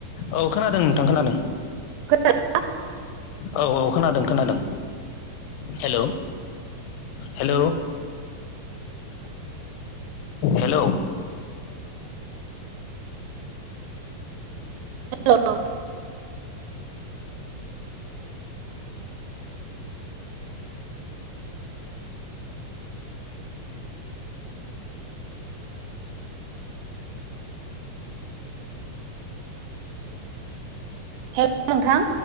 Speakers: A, on the left; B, on the right.
A: औ खोनादों नोंथां खोनादों।
B: खोनादों ना?
A: औ औ खोनादों खोनादों हेलौ। हेल' हेल'।
B: हेल'। हेल' नोंथां।